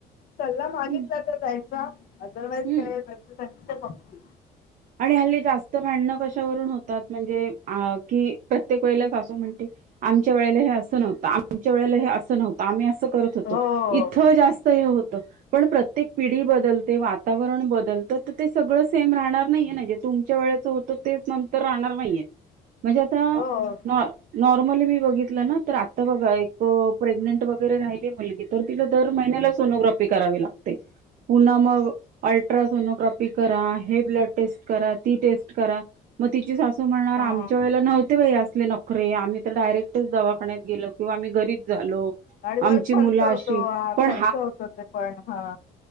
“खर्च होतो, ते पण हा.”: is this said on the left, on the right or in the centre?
Left